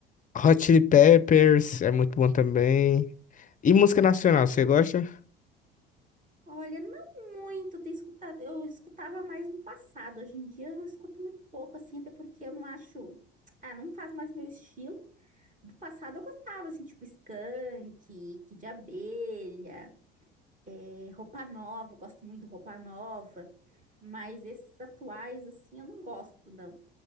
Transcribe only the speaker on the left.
Hot Chili Peppers é muito bom também. E
música
nacional, você gosta?